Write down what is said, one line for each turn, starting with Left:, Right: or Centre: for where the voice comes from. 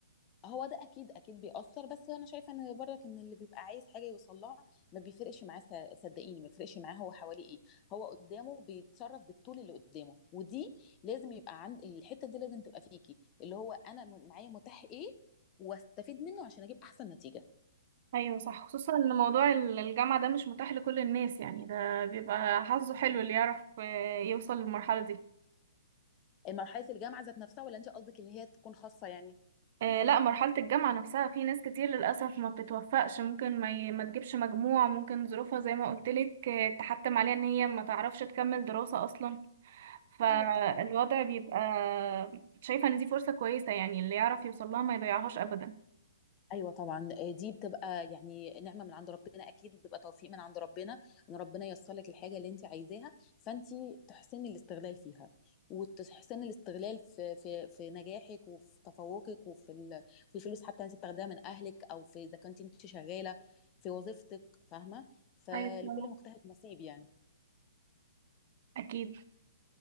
Left: هو ده اكيد اكيد بيأثر بس انا شايفه ان برضك ان اللي بيبقى عايز حاجه يوصلها ما بيفرقش معاه ص- صدقيني ما بيفرقش معاه هو حواليه ايه هو قدامه بيتصرف بالطول اللي قدامه ودي لازم يبقى عند الحته دي لازم تبقى فيكي اللي هو انا م- معايا متاح ايه واستفيد منه عشان اجيب احسن نتيجه
Right: ايوه صح خصوصا ان موضوع ال- الجامعة ده مش متاح لكل الناس يعني ده بيبقى حظه حلو اللي يعرف آه، يوصل للمرحلة دي
Left: مرحله الجامعه ذات نفسها ولا انت قصدك اللي هي تكون خاصه يعني
Right: آه لا مرحلة الجامعة نفسها في ناس كتير للأسف ما بتتوفقش ممكن ما, ي... ما تجيبش مجموع ممكن ظروفها زي ما قلتلك آه، تحتم عليها ان هي ما تعرفش تكمل دراسة أصلا فالوضع
Left: ايوه طبعا
Right: بيبقى شايفة ان دي فرصة كويسة يعني اللي يعرف يوصل لها ما يضيعهاش أبدا
Left: ايوه طبعا آه، دي بتبقى يعني نعمه من عند ربنا اكيد وبتبقى توفيق من عند ربنا ان ربنا ييسر لك الحاجه اللي انت عايزاها فانت تحسني الاستغلال فيها وتحسني الاستغلال في في في نجاحك وفي تفوقك وفي ال- في الفلوس حتى انت بتاخديها من اهلك او في اذا كنت انت شغاله في وظيفتك فاهمه فلكل
Right: ايوه طبعاً.
Left: مجتهد نصيب يعني
Right: أكيد